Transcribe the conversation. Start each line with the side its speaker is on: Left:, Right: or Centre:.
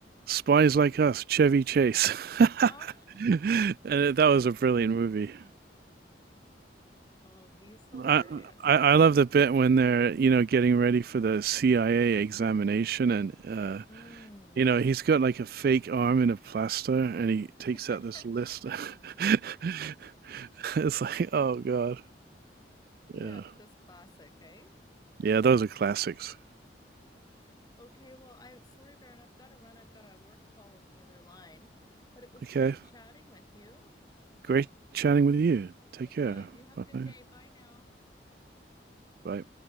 Right: Spies like us. Chevy Chase. <laughs>
Left: Oh. <laughs>
Right: and that was a brilliant movie.
Left: Oh, he's hilarious.
Right: I, I I love the bit when they're you know getting ready for the CIA examination and uh,
Left: Mm.
Right: You know, he's got like a fake arm in a plaster and he
Left: <laughs>
Right: takes out this list. <laughs> It's like, oh God. Yeah.
Left: Yeah, just classic, eh?
Right: Yeah, those are classics.
Left: Okay, well, I sorry, Baron, I've got to run. I've got a work call on the other line, but it was
Right: Okay.
Left: great chatting with you.
Right: Great chatting with you. Take
Left: Yeah,
Right: care.
Left: you have
Right: Bye.
Left: a good day. Bye now.
Right: Bye.